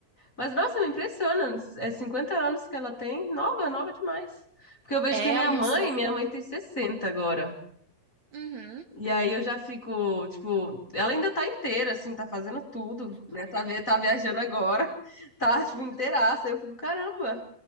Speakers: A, on the left (about 30°); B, on the right (about 60°).
A: Mas, nossa, me impressiona, é 50 anos que ela tem, nova, nova demais. Porque eu vejo
B: É,
A: que a minha
B: é o meu
A: mãe,
B: sogro.
A: minha mãe tem 60 agora.
B: Uhum,
A: E aí eu já fico, tipo, ela ainda tá inteira, assim, tá fazendo tudo, né? Tá, vi- tá viajando agora, <laughs> tá, tipo, inteiraça. Eu fico, caramba,